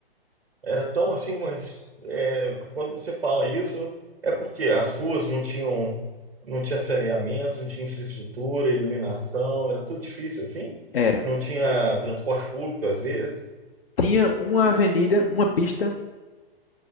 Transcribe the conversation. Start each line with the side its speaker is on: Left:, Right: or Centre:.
Right: Era tão assim, mas é, quando você fala isso, é porque as ruas não tinham, não tinha saneamento, não tinha infraestrutura, iluminação, era tudo difícil assim.
Left: Era.
Right: Não tinha transporte público, às vezes,
Left: Tinha uma avenida, uma pista,